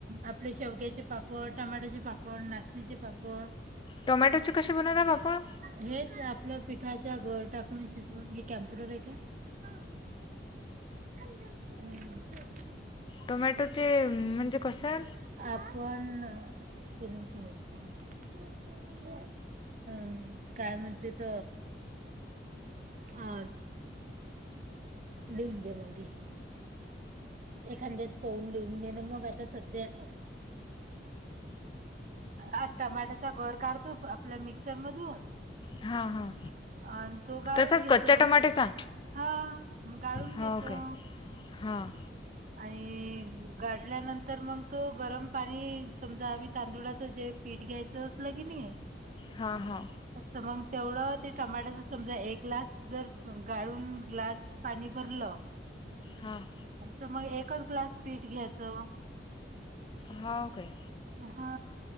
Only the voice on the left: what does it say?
टोमॅटोचे कसे बनवता आपण?
टोमॅटोचे म्हणजे कसे
हां हां
तसाच
कच्च्या टोमॅटोचा
हो
काय हां.
हा. हा.
हां.
हा वो काय